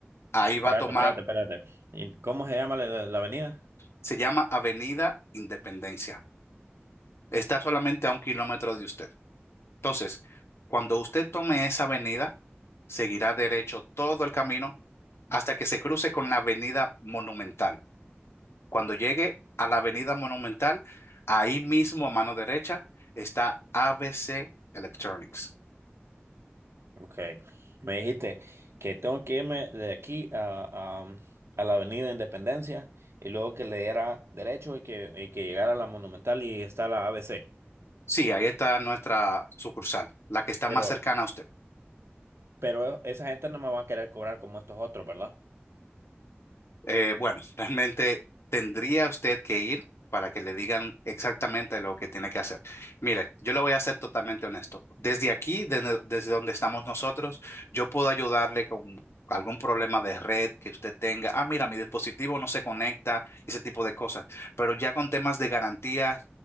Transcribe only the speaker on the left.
ahí va
a tomar,
se llama Avenida Independencia. Está solamente a un kilómetro de usted. Entonces, cuando usted tome esa avenida, seguirá derecho todo el camino hasta que se cruce con la Avenida Monumental. Cuando llegue a la Avenida Monumental, ahí mismo a mano derecha está ABC Electronics.
Sí, ahí está nuestra sucursal, la que está
más cercana a usted.
Eh, bueno, <laughs> realmente tendría usted que ir para que le digan exactamente lo que tiene que hacer. Mire, yo le voy a ser totalmente honesto. Desde aquí, desde, desde donde estamos nosotros, yo puedo ayudarle con algún problema de red que usted tenga. Ah, mira, mi dispositivo no se conecta, ese tipo de cosas. Pero ya con temas de garantía,